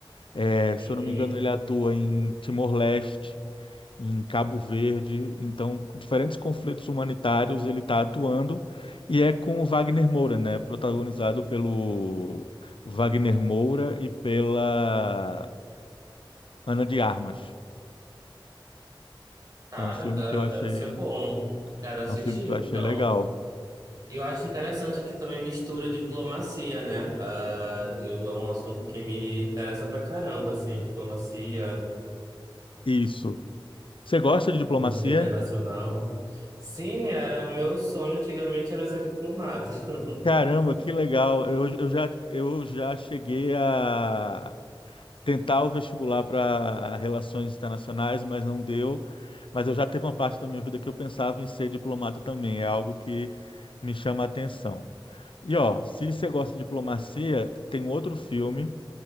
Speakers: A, on the left; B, on the right.
A: É,
B: Uhum.
A: se eu não me engano, ele atua em Timor-Leste, em Cabo Verde, então diferentes conflitos humanitários ele está atuando e é com o Wagner Moura, né? Protagonizado pelo Wagner Moura e pela Ana de Armas.
B: Cara,
A: É um filme
B: da-
A: que eu achei,
B: deve ser bom. Quero assistir,
A: é um filme que eu achei
B: então.
A: legal.
B: E eu acho interessante que também mistura diplomacia, né? Ah, eu, é um assunto que me interessa pra caramba, assim, diplomacia.
A: Isso. Você gosta de diplomacia?
B: Política internacional. Sim, era o meu sonho antigamente era ser diplomata. <laughs>
A: Caramba, que legal. Eu, eu já, eu já cheguei a tentar o vestibular para relações internacionais, mas não deu. Mas eu já teve uma parte da minha vida que eu pensava em ser diplomata também. É algo que me chama a atenção. E ó, se você gosta de diplomacia, tem outro filme